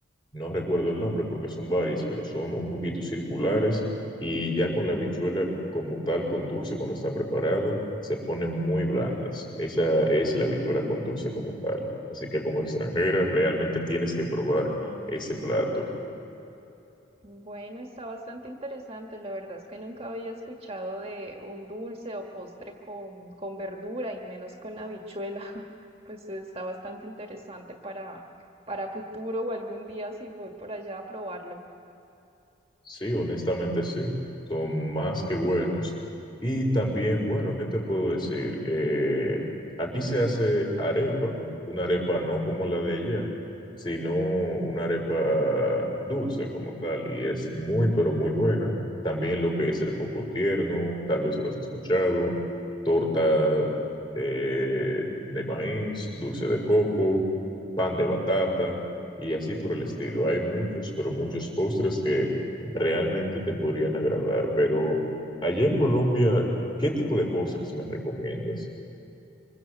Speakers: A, on the left; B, on the right.
A: no recuerdo el nombre porque son varios, pero son un poquito circulares y ya con la habichuela como tal, con dulce, cuando está preparada, se ponen muy blandas. Esa es la habichuela con dulce como tal. Así que como extranjera, realmente tienes que probar
B: Mm,
A: ese plato.
B: bueno, está bastante interesante. La verdad es que nunca había escuchado de un dulce o postre con, con verdura y menos con habichuela. <laughs> Pues está bastante interesante para, para futuro o algún día si voy por allá a probarlo.
A: Sí, honestamente sí, son más que buenos. Y también, bueno, ¿qué te puedo decir? Eh, aquí se hace arepa, una arepa no como la de allá sino una arepa dulce como tal, y es muy, pero muy buena. También lo que es el coco tierno, tal vez lo has escuchado, torta eh, de maíz, dulce de coco, pan de batata y así por el estilo. Hay muchos, pero muchos postres que realmente te podrían agradar, pero allá en Colombia, ¿qué tipo de postres me recomiendas?